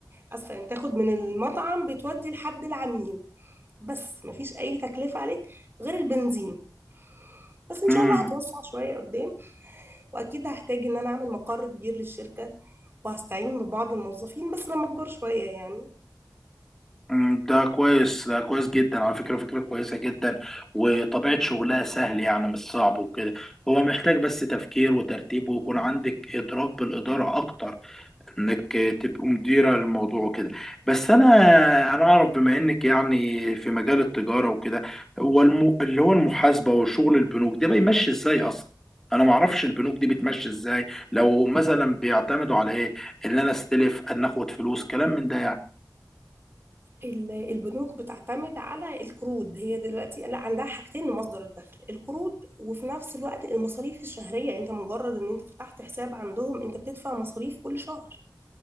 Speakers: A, on the right (about 30°); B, in the centre.
A: اسفه يعني بتاخد من المطعم بتودي لحد العميل بس مفيش اي تكلفه عليك غير البنزين بس ان
B: امم
A: شاء الله هتوسع شويه قدام واكيد هحتاج ان انا اعمل مقر كبير للشركه وهستعين ببعض الموظفين بس لما اكبر شويه يعني
B: أمم، ده كويس ده كويس جدا على فكرة فكرة كويسة جدا وطبيعة شغلها سهل يعني مش صعب وكده هو محتاج بس تفكير وترتيب ويكون عندك إدراك بالإدارة أكتر انك تبقوا مديرة للموضوع وكده بس انا انا اعرف بما انك يعني في مجال التجارة وكده هو الم... اللي هو المحاسبة وشغل البنوك ده بيمشي ازاي اصلا انا ما اعرفش البنوك دي بتمشي ازاي لو مثلا بيعتمدوا على ايه ان انا استلف ان اخد فلوس كلام من ده يعني
A: ال- البنوك بتعتمد على القروض هي دلوقتي لا عندها حاجتين لمصدر الدخل القروض وفي نفس الوقت المصاريف الشهرية انت مجرد ان انت فتحت حساب عندهم انت بتدفع مصاريف كل شهر